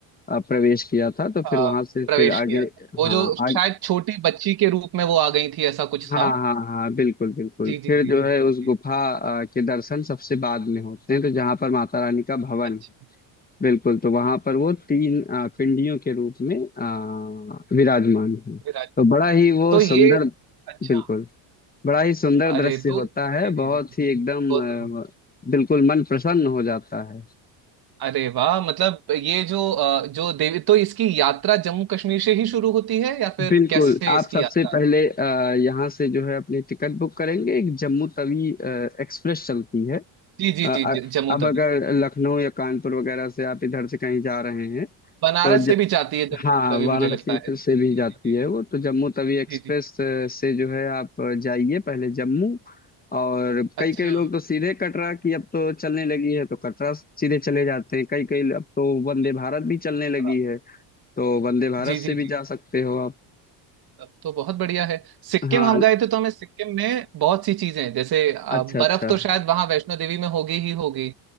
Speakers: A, on the left; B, on the right.
A: आ, प्रवेश किया था तो फिर
B: आ,
A: वहां से
B: प्रवेश
A: फिर
B: किया
A: आगे
B: था वो
A: हाँ
B: जो
A: आगे
B: शायद छोटी बच्ची के रूप में वो आ गई थी ऐसा कुछ
A: हाँ
B: था
A: हाँ हाँ बिल्कुल बिल्कुल
B: जी जी
A: फिर
B: जी
A: जो
B: जी
A: है उस
B: जी जी
A: गुफा आ, के दर्शन सबसे बाद में होते हैं तो जहाँ पर माता रानी का भवन
B: अच्छा
A: है बिल्कुल तो वहां पर वो तीन आ, पिंडियों के रूप में आ, विराजमान है
B: विराज
A: तो बड़ा ही वो
B: तो ये
A: सुंदर
B: अच्छा
A: बिल्कुल बड़ा ही सुंदर
B: अरे
A: दृश्य
B: तो
A: होता है
B: जी जी
A: बहुत
B: जी
A: ही एकदम
B: बहुत बहुत-
A: आ, बिल्कुल मन प्रसन्न हो जाता है
B: अरे वाह मतलब ये जो अ, जो देवी तो इसकी यात्रा जम्मू कश्मीर से ही शुरू होती है या फिर
A: बिल्कुल
B: कैसे
A: आप
B: इसकी
A: सबसे
B: यात्रा
A: पहले अ, यहाँ से जो है अपनी टिकट बुक करेंगे एक जम्मू तवी अ, एक्सप्रेस चलती है
B: जी जी
A: अ, अ-
B: जी जी जम्मू
A: अब अगर
B: तवी
A: लखनऊ या कानपुर वगैरह से आप इधर से कहीं जा रहे हैं
B: बनारस
A: तो ज,
B: से भी जाती है जम्मू
A: हाँ
B: तवी
A: वाराणसी
B: मुझे लगता है
A: फिर से
B: जी
A: भी जाती
B: जी जी
A: है वो तो जम्मू तवी एक्सप्रेस
B: जी जी।
A: अ, से जो है आप अ, जाइए पहले जम्मू और
B: अच्छा
A: कई कई लोग तो सीधे कटरा की अब तो चलने लगी है तो कटरा सीधे चले जाते हैं कई कई अब तो वंदे
B: जी
A: भारत भी चलने
B: कटरा।
A: लगी है तो वंदे भारत
B: जी
A: से
B: जी
A: भी
B: जी।
A: जा सकते हो आप
B: तब तो बहुत बढ़िया है सिक्किम
A: हाँ
B: हम गए थे तो हमें सिक्किम में बहुत सी चीजें जैसे अ,
A: अच्छा
B: बर्फ
A: अच्छा
B: तो शायद वहां वैष्णो देवी में होगी ही होगी